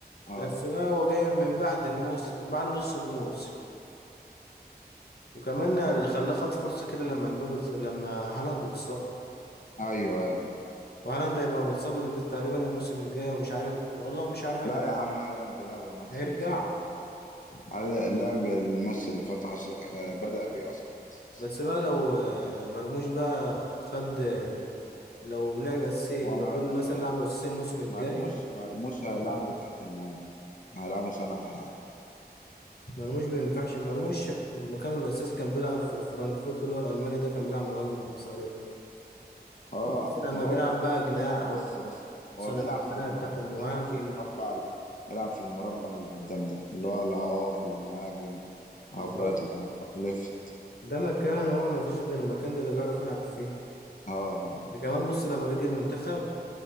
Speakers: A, on the left; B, on the left.
A: اه
B: بس بقى هو جاي من بعد الموسم من بعد نص الموسم وكمان اللي خلاه خد فرصة كده لما مبابي اتص- لما هالاند اتصاب
A: ايوه ايوه
B: وهالاند هيبقى متصاب الم- تقريبا الموسم الجاي ومش عارف والله مش عارف هيبقى
A: لا يا عم هالاند لعب الماتش
B: هيرجع
A: اللي فات هل لعب الماتش اللي فات عش... آه، بدأ بيه اصلا أساسي.
B: بس بقى لو آه، مرموش بقى خد آه، لو لعب أساسي
A: هو
B: جوارديولا
A: مرموش
B: مثلا لعبه أساسي الموسم الجاي
A: مرموش مرموش هيلعبه تحت المهاجم هيلعبه صانع العاب
B: مرموش ما ينفعش مرموش مكانه الأساسي كان بيلعب في فرانكفورت اللي هو الألماني ده كان بيلعب مهاجم صريح
A: اه
B: بس لما
A: ما هو
B: بيلعب بقى جناح
A: بيلعب بص بص هو
B: صانع
A: بيلعب
B: العاب
A: في المنطقة
B: تحت المهاجم
A: بيلعب في المربع ال- بيلعب في المربع اللي قدام ده اللي هو لا هاف لا مهاجم هاف
B: بالظبط
A: رايت لا هاف ليفت
B: ده مكان هو ما فيش غير المكان ده اللي بيعرف يلعب فيه
A: اه آه.
B: ده كمان بص لما بيجي المنتخب